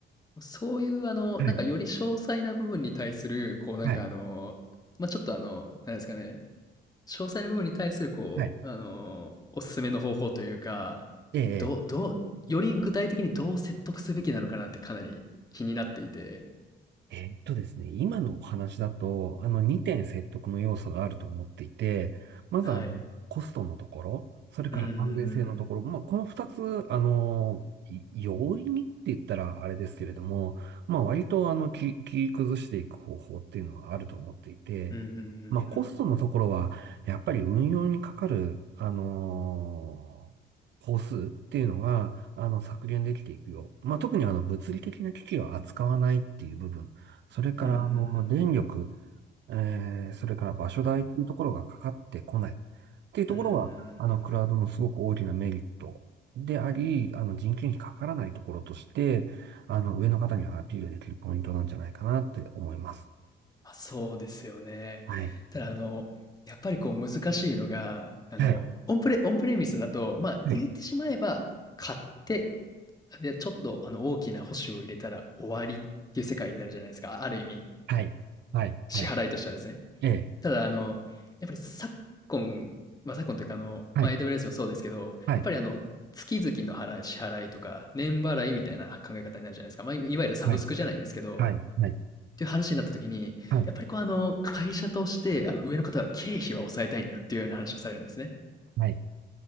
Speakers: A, on the left; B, on the right.
A: そういうあの、
B: はい。
A: なんかより詳細な部分に対する、こうなんかあの、
B: はい。
A: まあ、ちょっとあの、なんですかね、詳細な部分に対する、こう、
B: はい。
A: あのーおすすめの方法というか、
B: ええ。
A: どう、どう、より具体的にどう説得すべきなのかなってかなり気になっていて、
B: えーっとですね、今のお話だと、あの2点説得の要素があると思っていて、まずあのコストのところ、
A: はい。
B: それから安全性のところ、
A: うんうんうん。
B: まあ、この2つ、あの、い容易にって言ったらあれですけれども、まあ、割とあのき切り崩していく方法っていうのはあると思っていて、
A: うんうんうんうん。
B: まあ、コストのところは、やっぱり運用にかかる、あの工数っていうのが、あの、削減できていくよう。まあ、特にあの、物理的な機器を扱わないっていう部分それから、
A: うんうんう
B: あの、電力、
A: ん。
B: えー、それから場所代っていうところがかかってこないっていうところは、
A: うんうんうんうんうんうんう
B: あの、クラウドのすごく大きなメリットであり、
A: ん
B: あの、人件費かからないところとして、あの、上の方にはアピールできるポイントなんじゃないかなって思います。
A: まあ、そうですよね。
B: はい。
A: ただ、あの、やっぱりこう難しいのが、あの、
B: はい。
A: オンプレ、オンプレミスだと、まあ言ってしまえば、
B: はい。
A: 買って、で、ちょっとあの大きな保守を入れたら終わりっていう世界になるじゃないですか。あある意味。
B: はい。はい。
A: 支払いとしてはですね。
B: はい。ええ。
A: ただ、あの、やっぱり昨今、まあ、昨今というか、あの、
B: はい。
A: まあ、AWS もそうですけど、
B: はい。
A: やっぱりあの、月々の払い、支払いとか、年払いみたいな考え方になるじゃないですか。まあ、いわゆるサブスクじゃないですけど、
B: はい。はい。
A: っ
B: はい。
A: ていう話になった時に、
B: はい。
A: やっぱりこう、あの、会社として、あの、上の方は経費は抑えたいんだっていうような話をされるんですね。
B: はい。